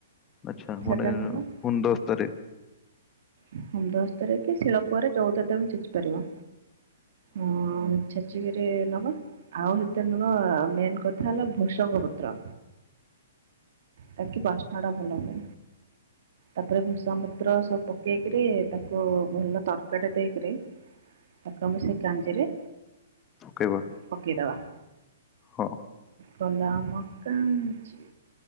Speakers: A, on the left (about 20°); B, on the right (about 60°).
A: ଆଚ୍ଛା ମାନେ
B: ସେଟା ନବା।
A: ଗୁଣ୍ଡସ୍ତରେ
B: ହେମନ୍ଦସ୍ତରେ କି ଶିଳପୁଆରେ ଯଉ ତମେ ଛେଚୁ କରିବ। ହଁ ଛେଚିବି। ରେ ନବା ଆଉ ସେତରେ ମେନ୍ କଥା ହେଲା ଭୁସଙ୍ଗ ପତ୍ର ତାକି ବାସ୍ନା ଟା ଭଲ ହୁଏ। ତାପରେ ଭୁସଙ୍ଗ ପତ୍ର ସବୁ ପକେଇ କିରି ତାକୁ ଭଲ ତରକାରୀ ଟା ଦେଇ କିରି। ପକା ମ ସେ କାଞ୍ଜିରେ
A: ପକେଇବା
B: ପକେଇ ଦେବା।
A: ହଁ।
B: ପଲା ମକା ଛି